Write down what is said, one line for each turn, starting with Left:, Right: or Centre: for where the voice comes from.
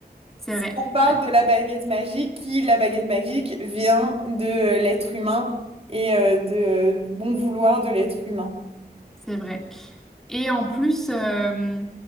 Centre: C'est
Right: Si
Centre: vrai,
Right: on parle
Centre: ouais,
Right: de la baguette magique, qui, la baguette magique, vient de euh, l'être humain et euh, de, euh, bon vouloir de l'être humain.
Centre: c'est vrai. Et en plus, euh,